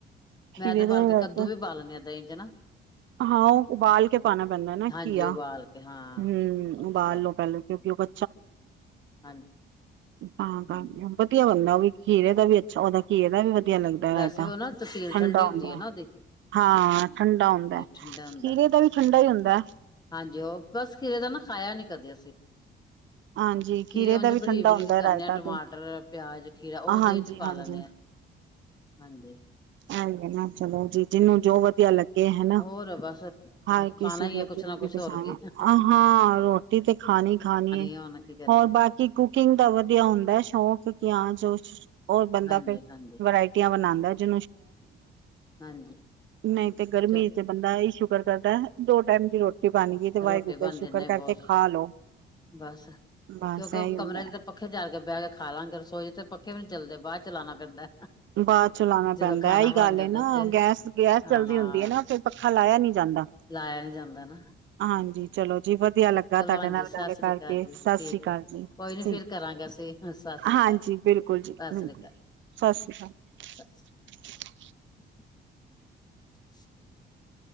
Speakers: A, on the right; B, on the left.
A: ਖੀਰੇ
B: ਮੈਂ ਤੇ
A: ਦਾ
B: ਬਾਲ ਕੇ
A: ਰਾਇਤਾ
B: ਕੱਦੂ ਵੀ ਪਾਲ ਲੈਂੇ ਹ ਦਾਂ ਹੀ <inaudible>
A: ਹਾਂ ਉਹ ਉਬਾਲ ਕੇ ਪਉਣਾ ਪੈਂਦਾ ਹੈ ਨਾ
B: ਹਾਂਜੀ
A: ਕੀਆ
B: ਉਬਾਲ ਕੇ ਹਾਂ
A: ਹਮ
B: ਉਹ ਵੀ
A: ਉਬਾਲ
B: ਸਵਾਦ
A: ਲੋ ਪਹਿਲਾਂ ਕਿਉਂਕਿ ਉਹ <inaudible>
B: ਹਾਂਜੀ
A: ਹਾਂ
B: ਹੂੰ,
A: ਗ ਵਧੀਆ ਬੰਦਾ ਖੀਰੇ ਦਾ ਵੀ ਅੱਛਾ ਉਹਦਾ ਘੀਰੇ ਦਾ ਵੀ ਵਧੀਆ ਲੱਗਦਾਏ
B: ਵੈਸੇ
A: ਤਾਂ
B: ਉਹ ਨਾ ਤਸੀਲ
A: ਠੰਡਾ
B: ਠੰਡੀ ਹੁੰਦੀ
A: ਹੁੰਦਾ
B: ਹੈ ਨਾ
A: ਹਾਂ ਠੰਡਾ ਹੁੰਦਾ
B: ਚਠਿੰਡ ਹੁੰਦਾ
A: ਖੀਰੇ ਦਾ ਵੀ ਠੰਡਾ ਹੀ ਹੁੰਦਾ
B: ਹਾਂਜੀ ਉਹ ਬਸ ਖੀਰੇ ਦਾ ਨਾ ਖਾਇਆ ਨੀ ਕਦੇ ਅਸੀਂ
A: ਹਾਂਜੀ
B: ਖੀਰੇ ਉਝ
A: ਦਾ ਵੀ
B: ਬਰੀਕ
A: ਠੰਡਾ
B: ਬਰੀਕ
A: ਹੁੰਦਾ ਹੈ
B: ਕਰਨੇ
A: ਰਾਇਤਾ
B: ਆ ਟਮਾਟਰ
A: ਤੇ
B: ਪਿਆਜ ਖੀਰਾ ਉਹ ਦਹੀਂ
A: ਹਾਂਜੀ
B: ਚ ਪਾ
A: ਹਾਂਜੀ
B: ਲੈਂਦੇ ਹਾਂ ਹਾਂਜੀ
A: ਹਾਂ ਨਾ ਚਲੋ ਜੀ ਜਿਹਨੂੰ ਜੋ ਵਧੀਆ ਲੱਗੇ ਹਨਾ
B: ਹੋਰ ਬਸ
A: ਹਰ ਕਿਸੇ
B: ਖਾਣਾ ਹੀ
A: ਦੇ
B: ਹੈ ਕੁਛ ਨਾ ਕੁਛ
A: ਕਿਸ
B: ਹੋਰ
A: ਹਾਂ
B: ਕੀ
A: ਰੋਟੀ ਤੇ ਖਾਣੀ ਖਾਣੀ ਹੈ
B: ਆ ਹੁਣ ਕੀ ਕਰੀਏ
A: ਹੋਰ ਬਾਕੀ ਕੁਕਿੰਗ ਦਾ ਵਧੀਆ ਹੁੰਦਾ ਸ਼ੌਕ ਕਿ ਹਾਂ ਜੋ ਹੋਰ ਬੰਦਾ
B: ਹਾਂਜੀ
A: ਫਿਰ
B: ਹਾਂਜੀ
A: ਵਰਾਇਟੀਆਂ ਬਣਾਉਂਦਾ <inaudible>
B: ਹਾਂਜੀ
A: ਨਹੀਂ ਤੇ ਗਰਮੀ
B: ਚ
A: ਤੇ ਬੰਦਾ ਆਈ ਸ਼ੱਕ ਕਰਦਾ ਦੋ ਟਾਈਮ ਦੀ ਰੋਟੀ ਬਣ ਗਈ ਤੇ ਵਾਹਿਗੁਰੂ
B: ਰੋਟੀ
A: ਦਾ
B: ਬਣ
A: ਸ਼ੁਕਰ
B: ਜਾਂੇ
A: ਕਰਕੇ
B: ਬਹੁਤ
A: ਖਾ ਲਓ
B: ਬਸ ਕਿਉਂਕਿ
A: ਬਸ ਇਹੀ
B: ਕਮਰ
A: ਹੁੰਦਾ
B: ਚ ਤਾਂ ਪੱਖੇ ਜਾਲ ਕੇ ਬਹਿ ਕੇ ਖਾ ਲਾਂਗੇ ਰਸੋਏ ਤੇ ਪੱਖੇ ਵੀ ਨੀ ਚੱਲਦੇ ਬਾਹਰ ਚਲਾਉਣਾ ਪੈਂਦਾ
A: ਬਾਅਦ ਚਲਾਾਉਣਾ
B: ਜਦੋਂ
A: ਪੈਂਦਾ
B: ਖਾਣਾ
A: ਇਹੀ
B: ਬਣ
A: ਗੱਲ
B: ਜਾਂਦਾ
A: ਨਾ
B: ਤੇ
A: ਗੈਸ ਗੈਸ
B: ਹਾਂ
A: ਚੱਲਦੀ ਹੁੰਦੀ ਹੈ ਨਾ ਫਿਰ ਪ ਖ ਲਾਇਆ ਨੀ ਜਾਂਦਾ
B: ਲਾਇਆ ਵੀ <inaudible>
A: ਹਾਂਜੀ ਚਲੋ ਜੀ ਵਧੀਆ ਲੱਗਾ
B: ਚਲੋ
A: ਤੁਹਾਡੇ
B: ਹਾਂਜੀ
A: ਨਾਲ
B: ਸਤਿ
A: ਗੱਲ
B: ਸ੍ਰੀ
A: ਕਰਕੇ
B: ਅਕਾਲ ਜੀ
A: ਸਤਿ
B: ਠੀਕ
A: ਸ੍ਰੀ ਅਕਾਲ
B: ਹੈ।
A: ਜੀ
B: ਕੋਈ ਨੀ
A: ੀ
B: ਫਿਰ ਕਰਾਂਗੇ ਅਸੀਂ ਸਤਿ ਸ੍ਰੀ
A: ਹਾਂਜੀ
B: ਅਕਾਲ
A: ਬਿਲਕੁਲ ਜੀ
B: ਸਤਿ
A: ਬਿਲਕੁਲ
B: ਸ੍ਰੀ ਅਕਾਲ।
A: ਸਤਿ ਸ੍ਰੀ ਅਕਾਲ
B: ਸਤਿ <inaudible>